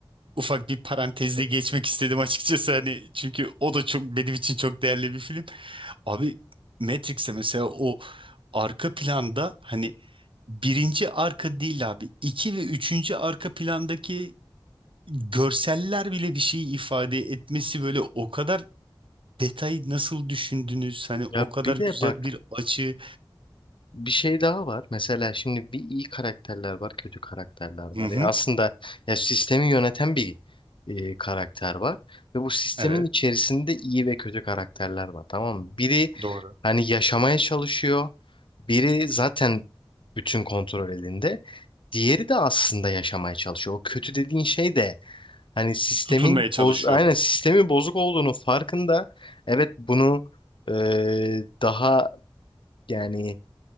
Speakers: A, on the right (about 70°); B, on the left (about 65°).
A: ufak bir parantezle geçmek istedim açıkçası hani çünkü o da çok benim için çok değerli bir film. Abi Matrix'e mesela o arka planda hani birinci arka değil abi iki ve üçüncü arka plandaki görseller bile bir şey ifade etmesi böyle o kadar detayı nasıl düşündünüz hani o
B: Ya
A: kadar
B: bir de
A: güzel
B: bak
A: bir açı.
B: Bir şey daha var. Mesela şimdi bir iyi karakterler var, kötü karakterler var.
A: Hı hı.
B: Ya aslında ya sistemi yöneten bir e, karakter var ve bu sistemin
A: Evet
B: içerisinde iyi ve kötü karakterler var. Tamam mı? Biri
A: doğru.
B: hani yaşamaya çalışıyor. Biri zaten bütün kontrol elinde. Diğeri de aslında yaşamaya çalışıyor. O kötü dediğin şey de Hani sistemin
A: Tutunmaya çalışıyor
B: boz, aynen
A: orada.
B: sistemin bozuk olduğunu farkında. Evet bunu e, daha yani